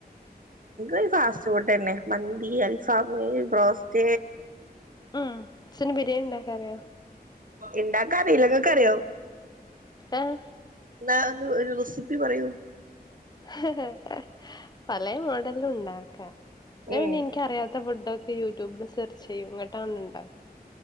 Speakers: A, on the right; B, on the left.
A: എ ഫാസ്റ്റ് ഫുഡ് തന്നെ മന്തി അൽഫമ ബ്രോസ്
B: ഉം പിന്ന ബിരിയാണി ഉണ്ടാക്ക അറിയോ
A: ഇണ്ടാക്കാറില്ല ഇങ്ങക്കറിയോ
B: ആഹ
A: എന്നാ ഒന്ന് റെസിപ്പി പറയു
B: ഹേ ഏഹ് പലെ മോഡലും ഉണ്ടാക്കാം ഞാൻ
A: ഉം
B: പിന്നെ എനിിക്കറിയാത്ത ഫുഡ് യൂട്യൂബില് സെർച്ച് ചെയ്യും ഇങ്ങട്ടാ ഇണ്ടാക്കുക